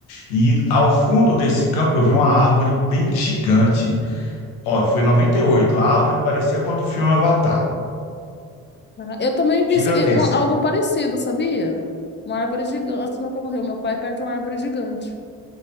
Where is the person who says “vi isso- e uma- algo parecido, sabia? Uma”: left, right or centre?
Left